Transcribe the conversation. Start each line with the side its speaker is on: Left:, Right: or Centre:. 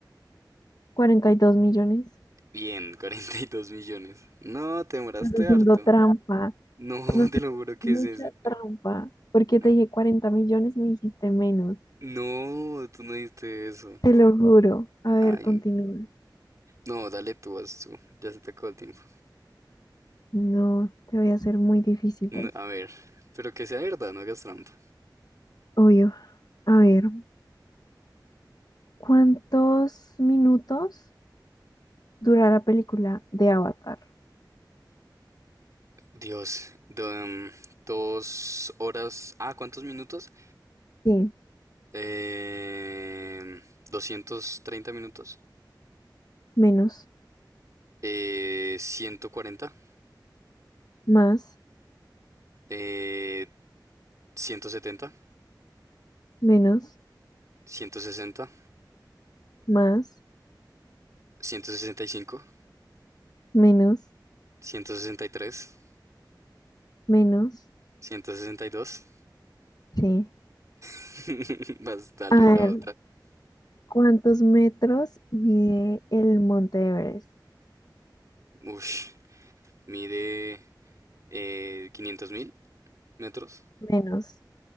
Left: 42 millones,
Right: Bien, 42 millones. No, te demoraste
Left: estás haciendo
Right: harto.
Left: trampa.
Right: No,
Left: Estás haciendo
Right: <laughs> te lo juro que
Left: mucha
Right: es ese.
Left: trampa, porque
Right: No.
Left: te dije 40 millones y me dijiste menos.
Right: No, tú no diste eso.
Left: Te lo juro. A ver,
Right: Ay,
Left: continúa.
Right: no, dale tú, haz tú. Ya se te acabó el tiempo.
Left: No, te voy a hacer muy difíciles.
Right: No, a ver, pero que sea verdad, no hagas trampa.
Left: Obvio. A ver, ¿cuántos minutos dura la película de Avatar?
Right: Dios, do- em, dos horas. Ah, ¿cuántos minutos?
Left: Sí,
Right: eh, doscientos treinta minutos,
Left: menos,
Right: eh, 140,
Left: más,
Right: eh, ciento setenta,
Left: menos,
Right: ciento sesenta,
Left: más,
Right: ciento sesenta y cinco,
Left: menos,
Right: ciento sesenta y tres
Left: menos.
Right: ciento sesenta y dos
Left: Sí.
Right: <laughs> Más dale
Left: A ver,
Right: la otra.
Left: ¿cuántos metros mide el Monte Everest?
Right: Ush, mide eh, 500 mil metros,
Left: Menos,